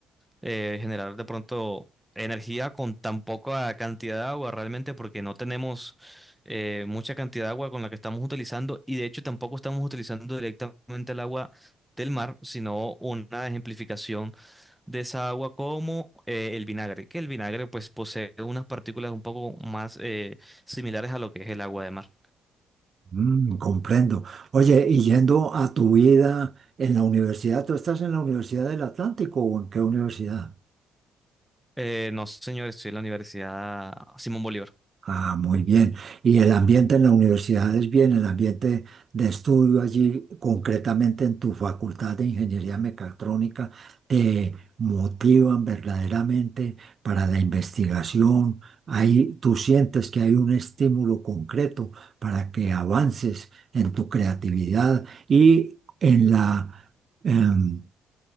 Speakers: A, in the centre; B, on the right.
A: eh, generar de pronto energía con tan poca cantidad de agua realmente porque no tenemos eh, mucha cantidad de agua con la que estamos utilizando y de hecho tampoco estamos utilizando directamente el agua del mar, sino una ejemplificación de esa agua como eh, el vinagre, que el vinagre pues posee unas partículas un poco más eh, similares a lo que es el agua de mar.
B: Mm, comprendo. Oye, y yendo a tu vida en la universidad, ¿tú estás en la Universidad del Atlántico o en qué universidad?
A: Eh, no, señor, estoy en la Universidad Simón Bolívar.
B: Ah, muy bien. ¿Y el ambiente en la universidad es bien? ¿El ambiente de estudio allí, concretamente en tu facultad de ingeniería mecatrónica, te motivan verdaderamente para la investigación? Ahí tú sientes que hay un estímulo concreto para que avances en tu creatividad y en la, em,